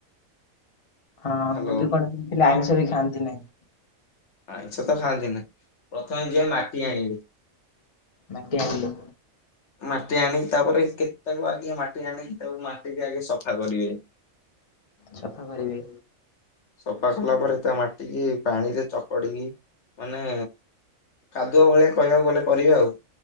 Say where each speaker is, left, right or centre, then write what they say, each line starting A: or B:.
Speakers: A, on the left (about 40°); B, on the left (about 60°).
A: ହଁ
B: ହ୍ୟାଲୋ
A: ମୁଁ ବି କୁଆଡେ ଶୁଣିଥିଲି ଆଇଁଷ ବି ଖାଆନ୍ତି ନାହିଁ।
B: ଆଇଁଷ ତ ଖାଆନ୍ତିନି। ପ୍ରଥମେ ଯିବେ ମାଟି ଆଣିବେ।
A: ମାଟି ଆଣିିଲେ
B: ମାଟି ଆଣିକି ତାପରେ କେତେ ତାକୁ ଆଗେ ମାଟି ଆଣିକି ତାକୁ ମାଟିିକି ଆଗେ ସଫା କରିବେ।
A: ସଫା କରିବେ।
B: ସଫା କଲା ପରେ ତା ମାଟିକି ପାଣିରେ ଚକଡିକି ମାନେ କାଦୁଆ ଭଳିଆ କହିବାକୁ ଗଲେ କରିବେ ଆଉ।